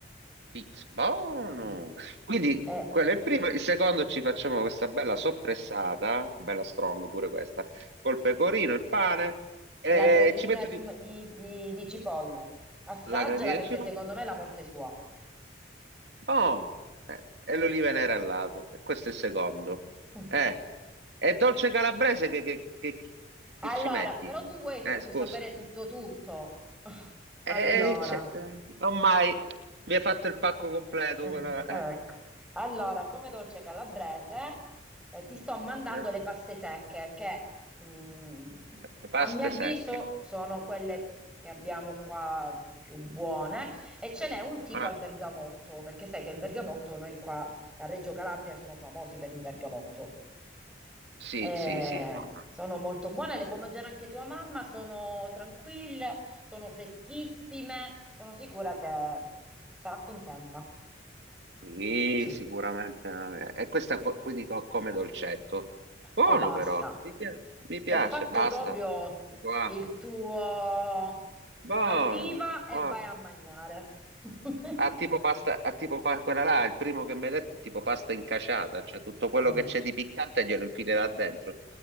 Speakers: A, on the right (about 65°); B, in the centre.
A: Pizz- Buono!
B: Mm. Mm.
A: Quindi
B: Eh,
A: quello è il primo, il secondo ci facciamo questa bella soppressata, bella strong pure questa, col pecorino, il pane, e
B: la cremina
A: ci metto
B: di,
A: di...
B: di- di- di cipolle. Assaggiala
A: la gratina
B: perché
A: di cibo,
B: secondo me è la morte sua.
A: buono! Eh, e l'oliva nera al lato, questo è il secondo.
B: Mm.
A: Eh, e dolce calabrese che, che- che- che
B: Allora,
A: ci metti?
B: però tu vuoi
A: Eh,
B: proprio
A: scusa.
B: sapere tutto tutto. <laughs>
A: Eh,
B: Allora,
A: c'è- non mai, mi hai fatto il pacco completo,
B: Eh,
A: quello-
B: ecco.
A: eh,
B: allora, come dolce calabrese, eh, ti sto mandando
A: eh.
B: le paste secche che, mm,
A: Le paste
B: a mio avviso,
A: secche.
B: sono quelle che abbiamo qua più buone e ce n'è un tipo
A: Ah.
B: al bergamotto, perché sai che il bergamotto noi qua a Reggio Calabria sono famosi per il bergamotto.
A: Sì,
B: Eh,
A: sì, sì, no.
B: sono molto buone, le può mangiare anche tua mamma, sono tranquille, sono freschissime, sono sicura che sarà contenta.
A: Sì,
B: Sì,
A: sicuramente. non è- E questa co- quindi co- come dolcetto. Buono
B: e basta.
A: però, mi pia- mi piace,
B: Ti ho fatto
A: basta.
B: proprio
A: Qua.
B: il tuo
A: Buono.
B: arriva e
A: buono.
B: vai a mangiare. <laughs>
A: Ha tipo pasta, ha tipo pa- quella là, il primo che mi hai detto è tipo pasta incasciata, cioè tutto quello
B: Mm.
A: che c'è di piccante glielo infilerà dentro.